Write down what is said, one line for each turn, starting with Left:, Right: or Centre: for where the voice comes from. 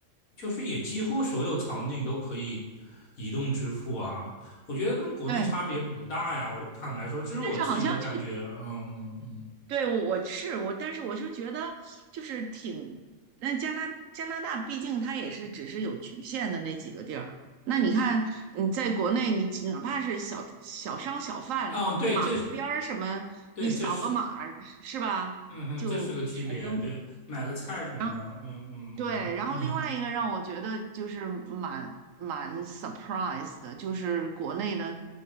Left: 就是也几乎所有场景都可以移动支付啊。我觉得跟国内差别不大呀。
Right: 对，
Left: 我坦白说，这是我自己的感觉。
Right: 但是好像就
Left: 嗯嗯
Right: 对，我我是我，但是我就觉得就是挺，那加拿加拿大毕竟它也是只是有局限的那几个地儿。那你看你在国内，你只哪怕是小小商小贩，
Left: 嗯，嗯，对，
Right: 马路边儿什么，
Left: 这是对，
Right: 你扫个码儿是吧，
Left: 这是，嗯哼，
Right: 就全都
Left: 这是个区别。对，买个菜什么的，
Right: 然后
Left: 嗯嗯嗯嗯。
Right: 对。然后另外一个让我觉得就是蛮蛮 surprise 的，就是国内的